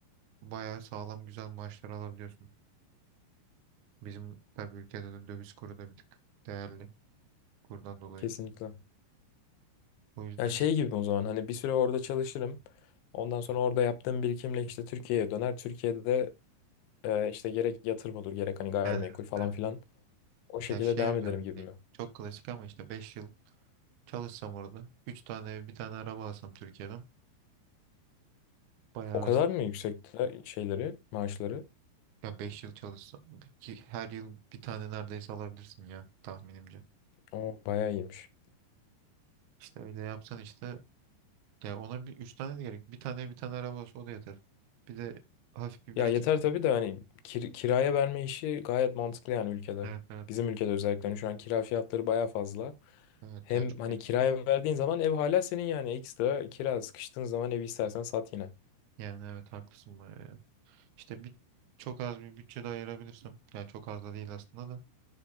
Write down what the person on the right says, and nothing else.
bayağı sağlam güzel maaşlar alabiliyorsun. Bizim tabii ülkede de döviz kuru da bir tık değerli kurdan dolayı.
O yüzden
işte
yani
evet,
ya şey
özellikle
çok klasik ama işte 5 yıl Çalışsam orada. üç tane ev, bir tane araba alsam Türkiye'den. Bayağı
ya 5 yıl çalışsam ki her yıl bir tane neredeyse alabilirsin ya tahminimce.
İşte öyle yapsan işte ya ona bir 3 tane de gerek. Bir tane bir tane araba olsa o da yeter. Bir de hafif bir
birikim.
Evet evet.
Evet
ya çok
ekstra.
Yani evet haklısın bayağı ya. İşte bir çok az bir bütçe de ayırabilirsem. Yani çok az da değil aslında da.